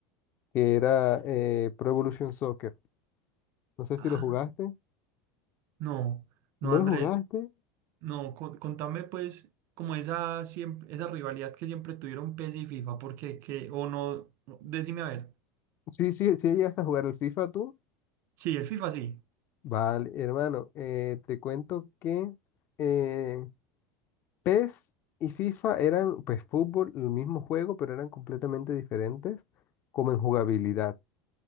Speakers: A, on the left; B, on the right.
A: que era eh, Pro Evolution Soccer. No sé si
B: Ah,
A: lo jugaste.
B: no, no,
A: ¿No
B: Andrés,
A: lo jugaste?
B: no, co- contame pues como esa siempre, esa rivalidad que siempre tuvieron PES y FIFA, porque que, o no, no, decime a ver,
A: Sí, sí, sí llegaste a jugar el FIFA tú.
B: sí, el FIFA sí.
A: Vale, hermano, eh, te cuento que eh, PES y FIFA eran, pues fútbol, el mismo juego, pero eran completamente diferentes como en jugabilidad.